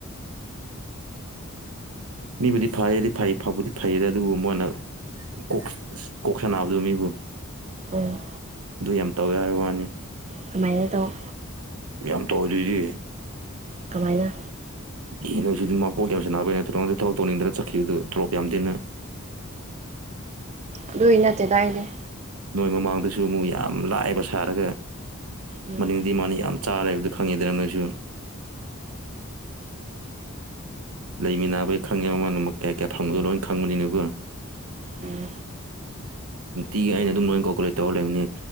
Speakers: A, on the right; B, on the right.
A: ꯃꯤꯕꯨꯗꯤ ꯐꯩꯔꯦꯗꯤ ꯐꯩ ꯐꯕꯨꯗꯤ ꯐꯩꯌꯦꯗ ꯑꯗꯨꯕꯨ ꯃꯟꯅꯥ ꯀꯣꯛꯁ ꯀꯣꯛ ꯁꯟꯅꯥꯕꯗꯣ ꯃꯤꯕꯨ
B: ꯎꯝ
A: ꯑꯗꯨ ꯌꯥꯝ ꯇꯧꯋꯦ ꯍꯥꯏꯕꯋꯥꯅꯤ
B: ꯑꯗꯨꯃꯥꯏꯅ ꯇꯧ
A: ꯌꯥꯝ ꯇꯧꯗꯣꯏꯗꯤ
B: ꯀꯃꯥꯏꯅ
A: ꯌꯦꯗꯣꯏꯁꯤꯗꯤ ꯃꯀꯣꯛ ꯌꯥꯝ ꯁꯥꯟꯅꯕꯩ ꯅꯠꯇ꯭ꯔꯣ ꯊꯕꯛ ꯇꯧꯅꯤꯡꯗꯅ ꯆꯠꯈꯤꯕꯗꯨ ꯇꯣꯂꯣꯞ ꯌꯥꯝ ꯗꯦꯅ
B: ꯑꯗꯨꯏ ꯅꯠꯇꯦꯗ ꯑꯩꯗꯤ
A: ꯅꯣꯏ ꯃꯃꯥꯡꯗꯁꯨ ꯑꯃꯨꯛ ꯌꯥꯝ ꯂꯥꯏꯕ ꯁꯥꯔꯒ
B: ꯎꯝ
A: ꯃꯅꯤꯡꯗꯤ ꯃꯥꯅ ꯌꯥꯝ ꯆꯥꯔꯒ ꯂꯩꯕꯗꯨ ꯈꯪꯉꯤꯗꯅ ꯅꯣꯏꯁꯨ ꯂꯩꯃꯤꯟꯅꯕꯒꯤ ꯈꯪꯉꯦ ꯃꯃꯜ ꯑꯃꯨꯛ ꯀꯌꯥ ꯀꯌꯥ ꯐꯪꯕꯗꯣ ꯂꯣꯏ ꯈꯪꯕꯅꯤꯅꯒꯣ
B: ꯎꯝ
A: ꯅꯨꯡꯇꯤꯒꯤ ꯑꯩꯅ ꯑꯗꯨꯝ ꯂꯣꯏ ꯀꯣꯀꯨꯂꯦꯠ ꯇꯧꯔ ꯂꯩꯕꯅꯤ